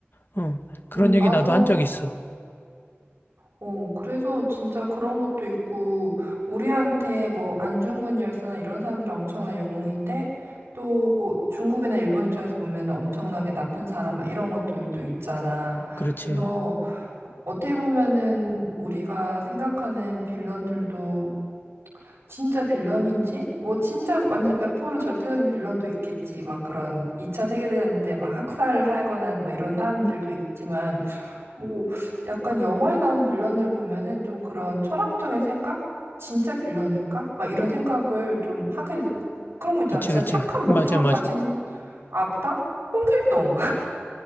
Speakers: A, on the left; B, on the right.
A: 어, 그런
B: 음,
A: 얘기
B: 맞아.
A: 나도 한 적 있어.
B: 어, 그래서 진짜 그런 것도 있고, 우리한테 뭐 안중근 열사나 이런 사람들은 엄청난 영웅인데, 또 중국이나 일본 입장에서 보면 엄청나게 나쁜 사람, 막 이런 것들도 있잖아.
A: 그렇지.
B: 그래서 어떻게 보면은 우리가 생각하는 빌런들도 진짜 빌런인지? 뭐 진짜 완전 100% 절대적인 빌런도 있겠지. 막 그런 2차 세계대전 때 막 학살을 하거나 뭐 이런 사람들도
A: 응,
B: 있지만, 뭐 약간 영화에 나온 빌런들 보면은 좀 그런 철학적인 생각? 진짜 빌런일까? 막 이런 생각을 좀 하게 돼서 막 그런 거 있잖아.
A: 그치,
B: 진짜
A: 그치.
B: 착한 목적을
A: 맞아, 맞아.
B: 가진 악당? 홍길동.